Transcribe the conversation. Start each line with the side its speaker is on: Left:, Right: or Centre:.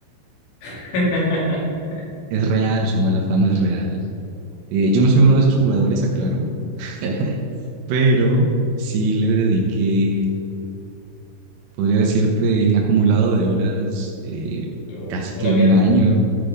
Left: <laughs>
Right: es real, su mala fama es real. Eh, yo no soy uno de esos jugadores, aclaro, <laughs> pero sí le dediqué, podría decirte, en acumulado de horas, eh,
Left: Uh,
Right: casi
Left: Una
Right: que un
Left: vida.
Right: año